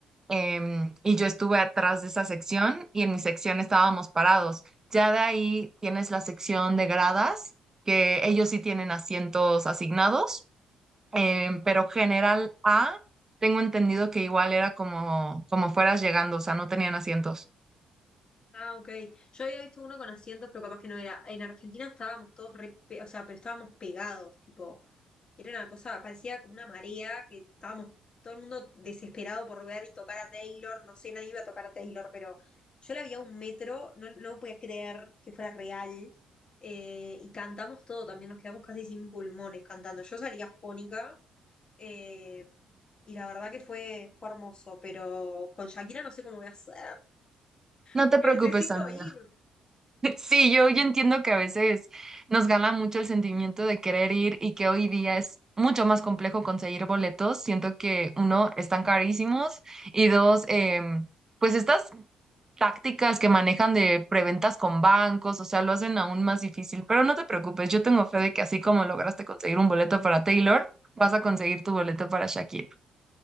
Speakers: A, on the right (about 25°); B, on the left (about 40°).
A: em, y yo estuve atrás de esa sección y en mi sección estábamos parados. Ya de ahí tienes la sección de gradas, que ellos sí tienen asientos asignados, em, pero General A, tengo entendido que igual era como, como fueras llegando, o sea, no tenían asientos.
B: Ah, ok. Yo había visto uno con asientos, pero capaz que no era. En Argentina estábamos todos re, pe- o sea, pero estábamos pegados, tipo. Era una cosa, parecía como una marea, que estábamos todo el mundo desesperado por ver y tocar a Taylor. No sé, nadie iba a tocar a Taylor, pero yo la vi a un metro, no, no podía creer que fuera real. eh, y cantamos todo también, nos quedamos casi sin pulmones cantando. Yo salía fónica. eh, y la verdad que fue, fue hermoso, pero con Shakira no sé cómo voy a hacer,
A: No
B: porque
A: te preocupes,
B: necesito
A: amiga.
B: ir.
A: <laughs> Sí, yo, yo entiendo que a veces nos gana mucho el sentimiento de querer ir y que hoy día es mucho más complejo conseguir boletos. Siento que uno, están carísimos y dos, em, pues estas tácticas que manejan de preventas con bancos, o sea, lo hacen aún más difícil. Pero no te preocupes, yo tengo fe de que así como lograste conseguir un boleto para Taylor, vas a conseguir tu boleto para Shakira.